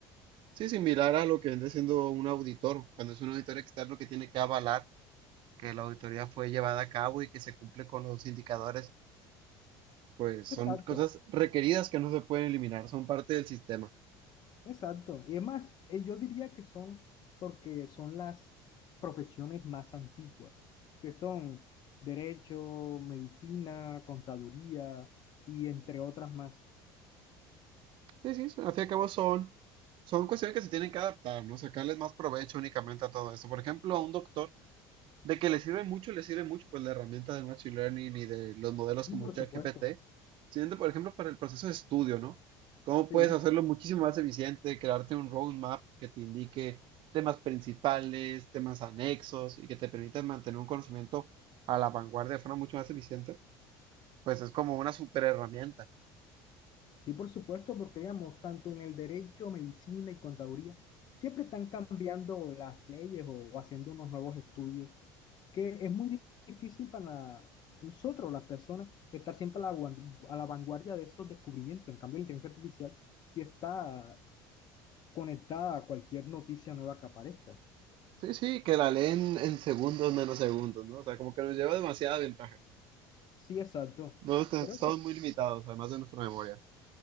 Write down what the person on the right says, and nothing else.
Sí, similar a lo que viene siendo un auditor, cuando es un auditor externo que tiene que avalar que la auditoría fue llevada a cabo y que se cumple con los indicadores pues son
cosas requeridas que no se pueden eliminar, son parte del sistema.
Sí, sí, son- al fin y al cabo son, son cuestiones que se tienen que adaptar, ¿no? Sacarles más provecho únicamente a todo eso. Por ejemplo, a un doctor, de que le sirve mucho, le sirve mucho, pues la herramienta del Machine Learning y de los modelos
como
ChatGPT,
siguiente, por ejemplo, para el proceso de estudio, ¿no? ¿Cómo
puedes hacerlo muchísimo más eficiente, crearte un roadmap que te indique temas principales, temas anexos y que te permita mantener un conocimiento a la vanguardia de forma mucho más eficiente? Pues es como una super herramienta.
Sí, sí, que la leen en segundos, menos segundos, ¿no? O sea, como que nos lleva demasiada ventaja.
No, est- estamos
muy limitados, además de nuestra memoria.